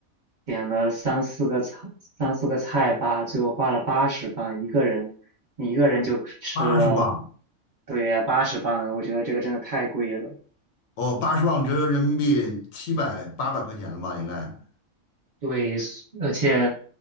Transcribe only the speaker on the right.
点了三四个菜三四个菜吧，最后花了八十磅一个人，你一个人就吃了
对八十磅，我觉得这个真的太贵了。
对，而且